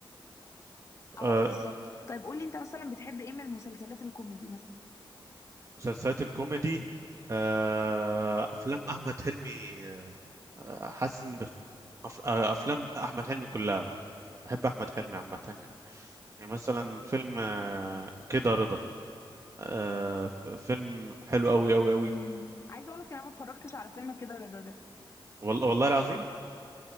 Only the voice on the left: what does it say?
اه
بالظبط طيب قولي انت مثلا بتحب ايه من المسلسلات الكوميدي مثلا
امم عايزه اقولك ان انا ما اتفرجتش على فيلم كده رضا ده